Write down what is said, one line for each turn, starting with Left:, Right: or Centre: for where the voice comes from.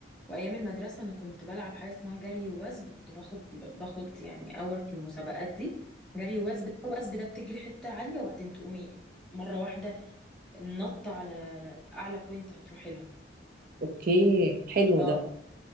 Centre: وايام المدرسه انا كنت بلعب حاجه اسمها جري ووثب كنت باخد باخد يعني اول في المسابقات دي جري ووثب وثب ده بتجري حته عاليه وبعدين تقومي مره واحده نط على اعلى بوينت هتروحي لها
Right: اوكي حلو
Centre: اه
Right: ده